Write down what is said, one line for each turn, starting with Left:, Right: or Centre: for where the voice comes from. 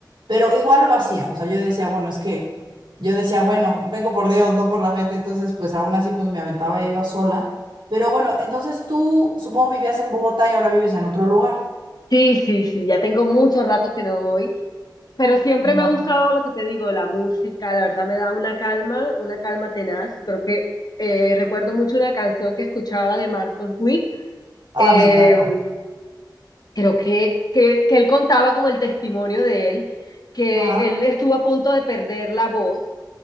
Right: pero igual lo hacía. O sea, yo decía, bueno, es que yo decía, bueno, vengo por Dios, no por la gente. Entonces, pues aún así, pues me aventaba e iba sola. Pero bueno, entonces tú supongo vivías en Bogotá y ahora vives en otro lugar.
Left: Sí, sí, sí, ya tengo muchos ratos que no voy, pero siempre
Right: Ajá.
Left: me ha gustado lo que te digo, la música, la verdad me da una calma, una calma tenaz. Creo que eh, recuerdo mucho una canción que escuchaba de Marcos Witt,
Right: Ah,
Left: eh,
Right: me encantó.
Left: creo que, que, que él contaba como el testimonio de él, que
Right: Ajá.
Left: él estuvo a punto de perder la voz,